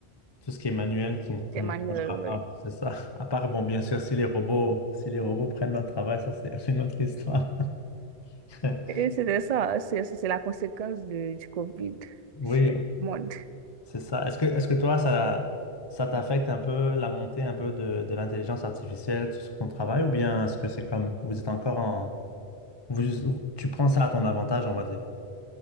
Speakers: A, on the left; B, on the right.
A: tout ce qui est manuel qui, qui
B: Des
A: nous
B: manuels,
A: parle,
B: oui.
A: c'est ça. À part, bon, bien sûr, si les robots, si les robots prennent notre travail, ça, c'est une autre histoire. <laughs>
B: Et c'était ça, c'est ça, c'est la conséquence de- du Covid
A: Oui,
B: sur le monde.
A: C'est ça. Est-ce que, est-ce que toi, ça, ça t'affecte un peu la montée un peu de, de l'intelligence artificielle sur ton travail ou bien est-ce que c'est comme vous êtes encore en... vous- tu prends ça à ton avantage, on va dire.